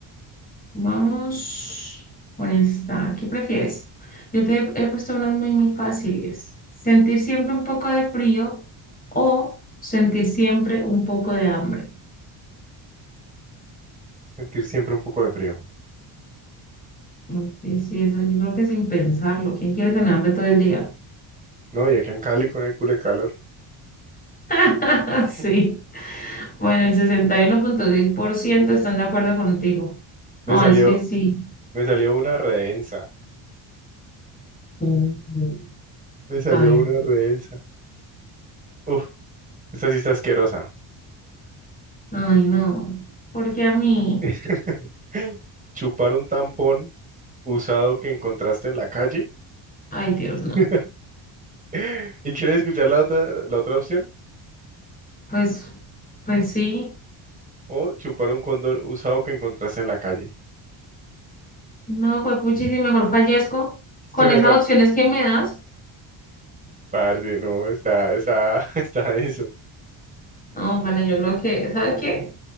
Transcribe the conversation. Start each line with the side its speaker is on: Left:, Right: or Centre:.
Left: Vamos con esta. ¿Qué prefieres? Yo te he puesto unas muy, muy fáciles. ¿Sentir siempre un poco de frío o sentir siempre un poco de hambre?
Right: Sentir siempre un poco de frío.
Left: Ok, sí, eso yo creo que sin pensarlo. ¿Quién quiere tener hambre todo el día?
Right: No, y acá en Cali con el culo de calor.
Left: <laughs>
Right: <laughs>
Left: Sí. Bueno, el sesenta y uno punto seis por ciento están de acuerdo contigo.
Right: Me
Left: No,
Right: salió,
Left: es que sí.
Right: me salió una redensa.
Left: Mm.
Right: Me salió
Left: A ver.
Right: una redensa. Uf, esta sí está asquerosa.
Left: Ay, no. Porque a mí,
Right: <laughs> Chupar un tampón usado que encontraste en la calle.
Left: ay, Dios, no.
Right: <laughs> ¿Y quieres escuchar la otra, la otra opción?
Left: Pues, pues sí,
Right: O chupar un condón usado que encontraste en la calle.
Left: No, juepuchi,
Right: <laughs>
Left: si mejor fallezco con
Right: Sí, mejor.
Left: esas opciones que me das.
Right: Parce, no, está, está, <laughs> está denso.
Left: No, bueno, yo creo que, ¿sabes qué?